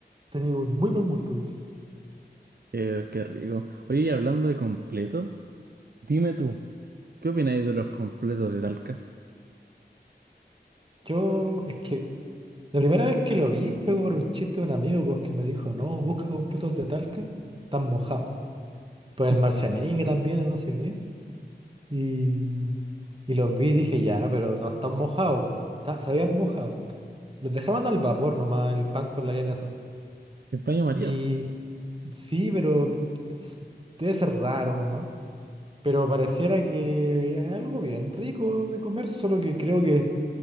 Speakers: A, on the right; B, on the right.
A: Tenía un muy buen gusto, de hecho.
B: Eh, qué rico. Oye, y hablando de completo. Dime tú, ¿qué opináis de los completos de Talca?
A: Yo, es que la primera vez que lo vi fue por un chiste de un amigo pues, que me dijo, no, busca completos de Talca, están mojados. Pues
B: <laughs>
A: el Marcianeque también, o no sé qué. Y, y los vi y dije, ya, pero no están mojados, pues. Ta- Se habían mojado. Los dejaban al vapor nomás el pan con la eso
B: El paño María,
A: Y sí, pero s- debe ser raro nomás. Pero pareciera que es algo bien rico de comer, solo que creo que